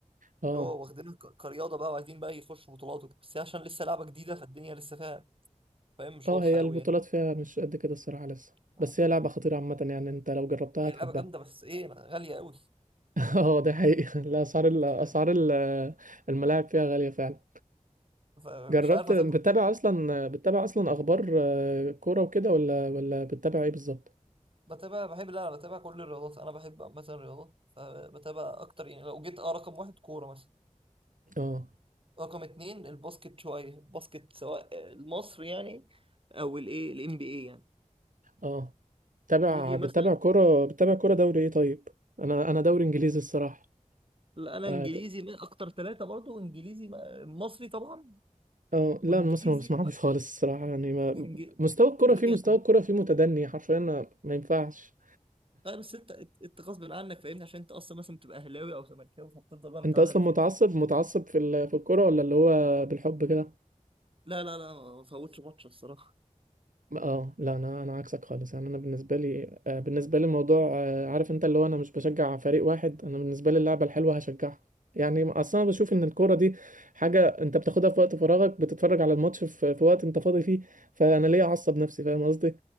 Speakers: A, on the right (about 80°); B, on the right (about 40°).
A: اه
B: اللي هو واخدينها ك- كرياضة بقى وعايزين بقى يخشوا بطولات وكده بس هي عشان لسه لعبة جديدة فالدنيا لسه فيها فاهم مش
A: اه
B: واضحة
A: هي
B: قوي
A: البطولات
B: يعني
A: فيها مش قد كده الصراحة لسه
B: آه.
A: بس هي لعبة خطيرة عامة يعني انت لو جربتها
B: هي
A: هتحبها
B: لعبة جامدة بس ايه غالية قوي
A: <laughs> اه ده حقيقي لا اسعار ال-
B: يعني
A: اسعار ال- الملاعب فيها غالية فعلا
B: فمش
A: جربت
B: عارف هتفضل
A: بتتابع
B: كده
A: اصلا بتتابع اصلا اخبار آه، كورة وكده ولا ولا بتتابع ايه بالظبط
B: بتابع بحب لا انا بتابع كل الرياضات انا بحب مثلا الرياضات فبتابع اكتر يعني لو جيت اه رقم واحد كورة مثلا
A: اه
B: رقم اتنين الباسكت شوية الباسكت سواء المصري يعني او الايه الام بي اي يعني
A: اه بتتابع
B: يجي
A: بتتابع
B: مثلا
A: كورة بتتابع كورة دوري ايه طيب انا انا دوري انجليزي الصراحة
B: لا، انا
A: اه
B: انجليزي
A: ت-
B: من اكتر ثلاثة برضو انجليزي م- مصري طبعا
A: آه،
B: وانجليزي
A: لا مصر ما بسمعوش خالص الصراحة يعني ما
B: وانجليزي
A: مستوى الكرة
B: ليه
A: فيه مستوى
B: يعني؟
A: الكرة فيه متدني حرفيا ما ما ينفعش
B: لا بس انت انت غصب عنك فاهمني عشان انت اصلا مثلا بتبقى اهلاوي او زملكاوي فبتفضل بقى متعلق
A: انت اصلا
B: بفرقتك
A: متعصب متعصب في ال- في الكوره ولا اللي هو بالحب كده
B: لا لا لا ما فوتش ماتش الصراحة
A: اه لا انا انا عكسك خالص يعني انا بالنسبه لي آه، بالنسبه لي الموضوع آه، عارف انت اللي هو انا مش بشجع فريق واحد انا بالنسبه لي اللعبه الحلوه هشجعها يعني اصلا أنا بشوف ان الكوره دي حاجه انت بتاخدها في وقت فراغك بتتفرج على الماتش في, في وقت انت فاضي فيه فانا ليه اعصب نفسي فاهم قصدي